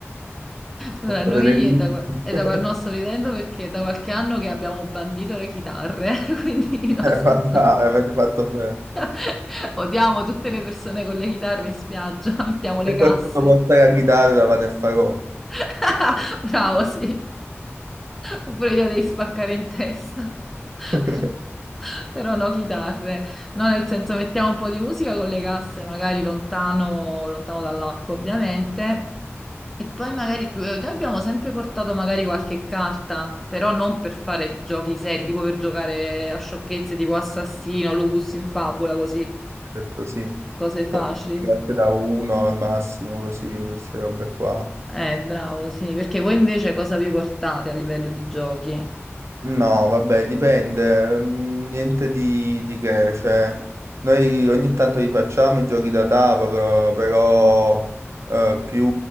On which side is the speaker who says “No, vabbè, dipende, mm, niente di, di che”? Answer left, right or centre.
Right